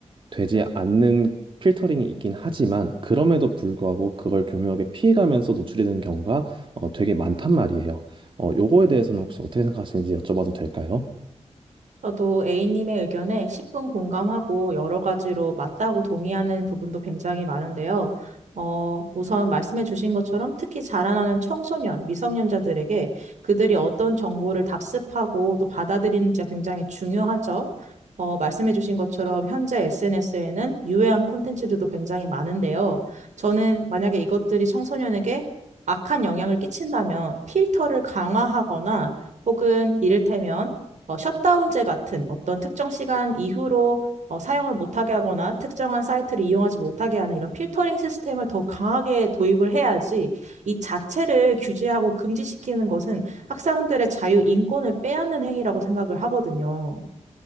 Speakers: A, on the right; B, on the right.
A: 되지 않는 필터링이 있긴 하지만 그럼에도 불구하고 그걸 교묘하게 피해가면서 노출이 되는 경우가 어, 되게 많단 말이에요. 어, 요거에 대해서는 혹시 어떻게 생각하시는지 여쭤봐도 될까요?
B: 저도 A님의 의견에 10분 공감하고 여러 가지로 맞다고 동의하는 부분도 굉장히 많은데요. 어, 우선 말씀해 주신 것처럼 특히 자라나는 청소년, 미성년자들에게 그들이 어떤 정보를 답습하고 또 받아들이는지가 굉장히 중요하죠. 어, 말씀해 주신 것처럼 현재 SNS에는 유해한 콘텐츠들도 굉장히 많은데요. 저는 만약에 이것들이 청소년에게 악한 영향을 끼친다면 필터를 강화하거나 혹은 이를테면 어, 셧다운제 같은 어떤 특정 시간 이후로 어, 사용을 못하게 하거나 특정한 사이트를 이용하지 못하게 하는 이런 필터링 시스템을 더 강하게 도입을 해야지 이 자체를 규제하고 금지시키는 것은 학생들의 자유 인권을 빼앗는 행위라고 생각을 하거든요.